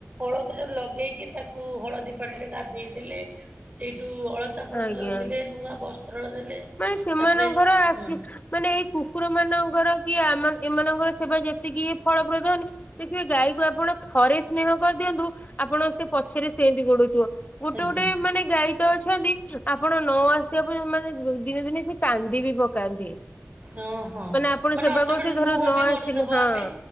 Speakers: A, on the right (about 35°); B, on the left (about 40°).
A: ଅଳତା ଲଗେଇକି ତାକୁ ହଳଦୀ ପାଣିରେ ଗାଧେଇ ଦେଲେ। ସେଇଠୁ ଅଳତ୍ ଅଳତା, ଫଳତା
B: ଆଜ୍ଞା।
A: ଲଗେଇଲେ, ନୂଆ ବସ୍ତ୍ର ଦେଲେ
B: ମାନେ ସେମାନଙ୍କର
A: ତାପରେ
B: ଆଖି
A: ହୁଁ
B: ମାନେ ଏଇ କୁକୁର ମାନଙ୍କର କି ଆମ ଏମାନଙ୍କର ସେବା ଯେତିକି ଫଳପ୍ରଦ ନୁହଁ। ଦେଖିବେ ଗାଈକୁ ଆପଣ ଥରେ ସ୍ନେହ କରିଦିଅନ୍ତୁ। ଆପଣଙ୍କ ପଛରେ ସେମିତି ଗୋଡଉଥିବ। ଗୋଟେ
A: ଆଜ୍ଞା
B: ଗୋଟେ ମାନେ ଗାଈ ତ ଅଛନ୍ତି। ଆପଣ ନ ଆସିବା ପର୍ଯ୍ୟନ୍ତ ମାନେ ଦିନେ ଦିନେ ସେ କାନ୍ଦି ବି ପକାନ୍ତି।
A: ଓହୋ
B: ଆପଣ
A: ମାନେ
B: ସେବା
A: ଅଟକ
B: କରୁଥିବେ ଧର
A: ନୁହ
B: ନ
A: ବି
B: ଆସିଲେ
A: ଗଡୁଥିବ
B: ହଁ
A: ଆମେ